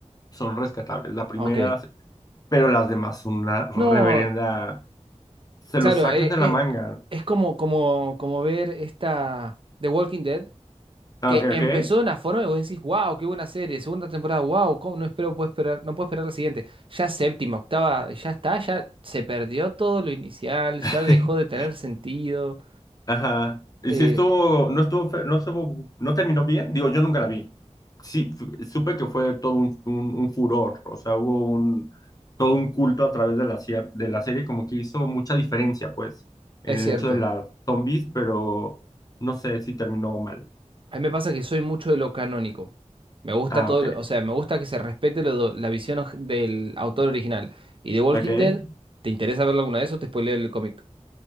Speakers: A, on the left; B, on the right.
A: son rescatables, la primera,
B: Ok.
A: la se- pero las demás son una reverenda,
B: No,
A: se
B: claro,
A: lo sacan
B: eh,
A: de la
B: eh,
A: manga.
B: es como, como, como ver esta The Walking Dead.
A: Ah,
B: que
A: Ok,
B: empezó
A: ok.
B: de una forma y vos decís, wow, qué buena serie, segunda temporada, wow, ¿cómo? No espero, puedo esperar, no puedo esperar la siguiente. Ya séptima, octava, ya está, ya se perdió todo lo inicial, ya
A: <laughs>
B: dejó de tener sentido.
A: Ajá. Y
B: Eh,
A: si estuvo, no estuvo, fe- no estuvo, no terminó bien, digo, yo nunca la vi. Sí, fu- supe que fue todo un, un, un furor, o sea, hubo un, todo un culto a través de la, cier- de la serie, como que hizo mucha diferencia, pues, en
B: es
A: el
B: cierto,
A: hecho de las zombies, pero no sé si terminó mal.
B: a mí me pasa que soy mucho de lo canónico. Me gusta
A: Ah,
B: todo,
A: ok,
B: lo- o sea, me gusta que se respete lo- la visión oj- del autor original. Y The Walking
A: ok.
B: Dead, ¿te interesa verlo alguna vez o te spoileo el cómic?